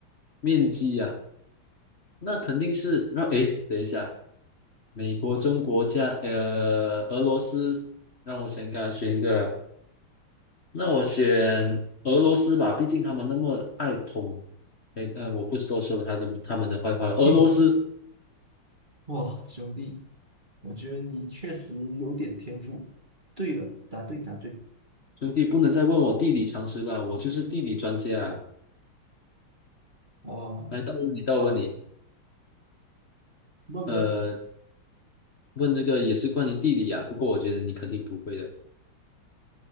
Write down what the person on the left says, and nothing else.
面积呀、那肯定是让诶，等一下，美国、中国加呃俄罗斯，让我先给他选一个，那我选俄罗斯吧，毕竟他们那么爱捅，诶呃，我不是多说了他的他们的坏话了，俄罗斯。
兄弟，不能再问我地理常识了，我就是地理专家啊。
来，到问你，到问你，
呃，问这个也是关于地理啊，不过我觉得你肯定不会的。